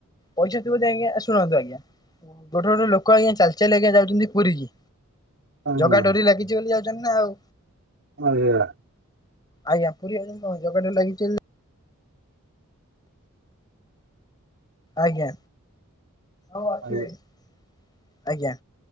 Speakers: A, on the left; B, on the right.
A: ପଇସା ଥିବ ଯଦି ଆଜ୍ଞା ଶୁଣନ୍ତୁ ଆଜ୍ଞା ଗୋଟେ ଗୋଟେ ଲୋକ ଆଜ୍ଞା ଚାଲି ଚାଲି ଚାଲି ଆଜ୍ଞା ଯାଉଛନ୍ତି ପୁରୀ କି,
B: ଆଜ୍ଞା
A: ଜଗା ଡୋରି ଲାଗିଛି ବୋଲି ଯାଉଛନ୍ତି ନା ଆଉ।
B: <unintelligible> ଆଜ୍ଞା।
A: ଆଜ୍ଞା ପୁରୀ <unintelligible> କଣ ଜଗା ଡୋରି ଲାଗିଛି ବୋଲି। ଆଜ୍ଞା ଆଜ୍ଞା।
B: ଆଜ୍ଞା